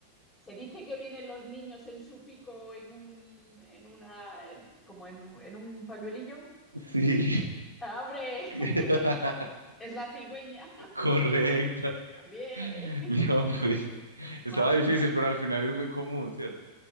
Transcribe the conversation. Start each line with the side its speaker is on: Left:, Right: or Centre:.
Left: se dice que vienen los niños en su pico en un, en una, en- como en, un- en un pañuelillo.
Right: Sí.
Left: ¡Abre!
Right: <laughs>
Left: <laughs> Es la cigüeña.
Right: Correcto.
Left: <laughs> Bien.
Right: Mira, pues estaba
Left: Madre
Right: difícil,
Left: mía.
Right: pero al final es muy común, ¿cierto?